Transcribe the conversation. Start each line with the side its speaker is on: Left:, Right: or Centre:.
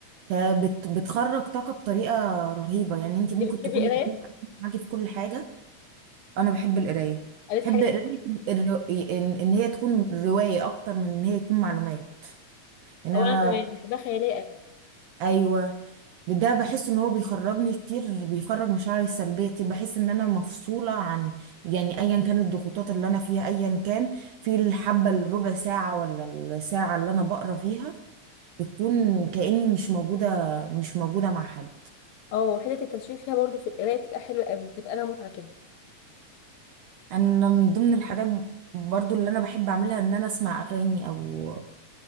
Right: ك- بت... بتخرج طاقه بطريقه رهيبه يعني انت ممكن
Left: انت بتحبي
Right: تكوني
Left: القرايه
Right: معاكي في كل حاجه انا بحب القرايه
Left: قريت
Right: بحب
Left: حاجه
Right: قرايه الر... ان إن هي تكون روايه اكتر من ان هي يكون معلومات ان
Left: او
Right: انا
Left: انا كمان بحبها خياليه قوي
Right: ايوه ده بحس ان هو بيخرجني كتير بيخرج مشاعري السلبيه كتير بحس ان انا مفصوله عن يعني ايا كانت الضغوطات اللي انا فيها ايا كان في الحبه الربع ساعه ولا الساعه اللي انا بقرا فيها بتكون كاني مش موجوده مش موجوده مع حد
Left: اه وحته التشويق فيها برضو في القرايه بتبقى حلوه قوي بتبقى لها متعه كده
Right: انا من ضمن الحاجات برضو اللي انا بحب اعملها ان انا اسمع اغاني او